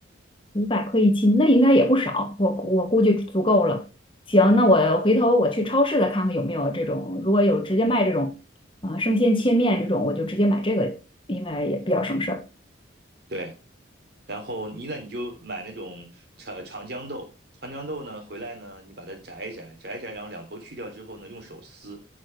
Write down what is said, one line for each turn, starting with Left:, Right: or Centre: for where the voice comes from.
Left: 五百克一斤，那应该也不少，我我估计足够了。行，那我回头我去超市再看看有没有这种，如果有直接卖这种，啊、生鲜切面这种，我就直接买这个，应该也比较省事儿。
Right: 对，然后你那你就买那种长长江豆，长江豆呢回来呢，你把它摘一摘，摘一摘，然后两头去掉之后呢，用手撕，